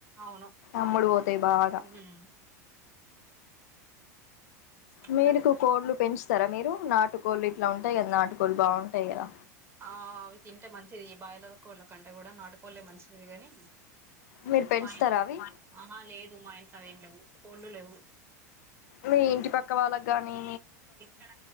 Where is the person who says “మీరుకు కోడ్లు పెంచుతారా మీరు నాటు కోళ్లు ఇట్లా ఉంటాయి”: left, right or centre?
Left